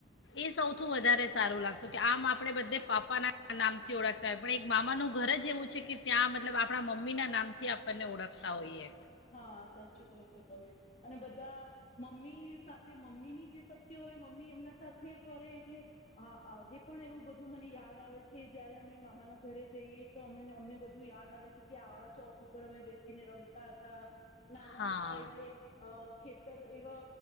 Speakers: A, on the left; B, on the left.
A: એ સૌથી વધારે સારું લાગતું કે આમ આપણે બધે પાપાના નામથી ઓળખતા હોય પણ એક મામાનું ઘર જ એવું છે કે ત્યાં મતલબ આપણા મમ્મીના નામથી આપણને ઓળખતા હોઈએ.
B: હા સાચું કહો છો તમે અને બધા મમ્મી સાથે મમ્મીની જે શક્ય હોય મમ્મી એમના સાથે ફરે એટલે આજે પણ એવું બધું મને યાદ આવે છે જયારે અમે મામાના ઘરે જઈએ તો અમને બધું યાદ આવે છે કે આવા ચોક ઉપર અમે બેસીને રમતા. <unintelligible> નાના
A: હા
B: હતા એટલે અ ખેતર એવા